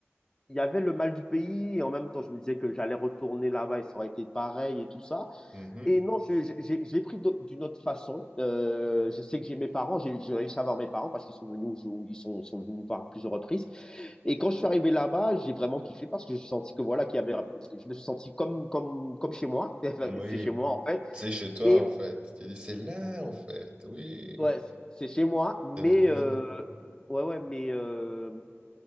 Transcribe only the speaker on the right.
mhm.
oui,
c'est chez toi
en fait. Tu dis, c'est là en fait. Oui,
c'est la maison.